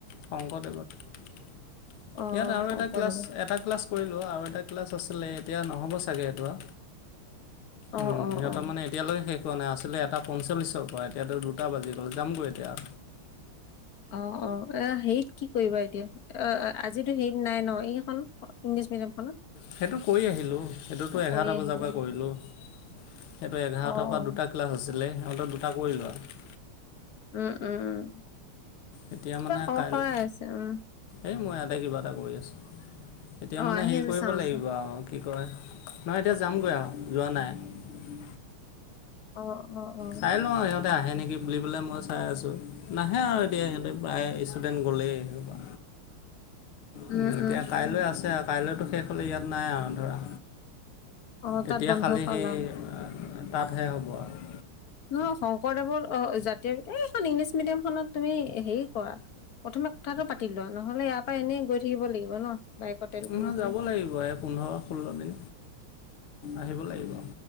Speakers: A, on the left (about 75°); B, on the left (about 55°).
A: শংকৰদেৱত ইয়াত
B: অ'
A: আৰু
B: শংকৰদেৱৰ
A: এটা ক্লাছ এটা ক্লাছ। কৰিলোঁ আৰু এটা ক্লাছ আছিলে এতিয়া নহ'ব চাগে এইটো।
B: অ'
A: উম
B: অ'
A: সিহঁতৰ
B: অ'
A: মানে। এতিয়ালৈকে শেষ হোৱাই আছিলে এটা পঞ্চল্লিছৰ পৰা এতিয়াতো দুটা বাজি গ'ল যামগৈ এতিয়া।
B: অ অ এ হেইত কি কৰিবা এতিয়া অ আজিতো হেইত নাই ন এইখন ইংলিছ মিডিয়ামখনত
A: সেইটো কৰি আহিলোঁ সেইটোতো
B: অ'
A: এঘাৰটা
B: কৰি আহিলা
A: বজাৰ পৰা কৰিলোঁ সেইটো এঘাৰটা
B: অ', অ',
A: পৰা দুটা ক্লাছ আছিলে সিহঁতৰ দুটা কৰিলো আৰু
B: উম উম উম
A: এতিয়া
B: কিবা
A: মানে
B: সৰ
A: কাইলৈ
B: সৰাই আছে উম
A: এই মই ইয়াতে কিবা এটা কৰি আছো এতিয়া
B: অ',
A: মানে
B: আহি
A: হেৰি
B: আছে
A: কৰিব
B: চাউণ্ডটো।
A: লাগিব আৰু কি কয় নাই এতিয়া যামগৈ আৰু যোৱা নাই
B: অ', অ', অ',
A: চাই লওঁ আৰু সিহঁতে আহে নেকি বুলি পেলাই মই চাই আছোঁ নাহে আৰু এতিয়া সিহঁতে প্ৰায় ষ্টুডেণ্ট গলেই সেইসুপা
B: উম,
A: উ এতিয়া
B: উম,
A: কাইলৈ
B: উম,
A: আছে। কাইলৈতো শেষ হ'লে ইয়াত নাই আৰু ধৰা
B: অ',
A: তেতিয়া
B: তাত বন্ধ
A: খালী
B: পালা।
A: সেই। তাতহে হ'ব আৰু।
B: নহয় শংকৰদেৱৰ অ জাতীয় এইখন ইংলিছ মিডিয়াম খনত তুমি হেৰি কৰা। প্ৰথমে কথাটো পাতি লোৱা নহ'লে ইয়াৰ পৰা এনেই গৈ থাকিব লাগিব ন। বাইকৰ তেল
A: নহয়
B: পুৰি পুৰি।
A: যাব লাগিব এই পোন্ধৰ ষোল্ল দিন আহিব লাগিব।